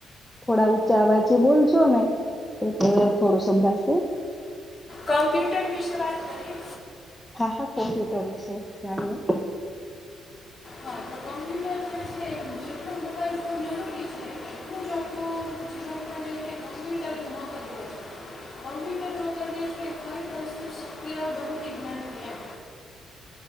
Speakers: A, in the centre; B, on the left.
A: થોડા ઊંચા અવાજે બોલજો ને, એટલે થોડું સંભાશે.
B: કોમ્પ્યુટર વિશે વાત કરીએ.
A: હા હા કોમ્પ્યુટર વિશે જાણીએ.
B: હ તો કોમ્પ્યુટર જે છે જેટલો મોબાઈલ ફોન જરૂરી છે, એટલું જ આપણું જીવન માં જેછે કમ્પ્યુટર નુ મહત્વ છે. કોમ્પ્યુટર વગર જે છે કોઈક વસ્તુ શક્ય બનતી જ નથી એમ.